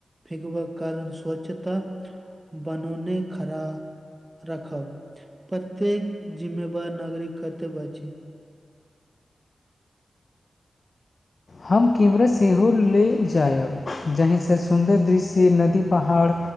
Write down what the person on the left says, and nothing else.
हम कैमरा सेहो ले जायब जाहिसँ सुन्दर दृश्य नदी पहाड़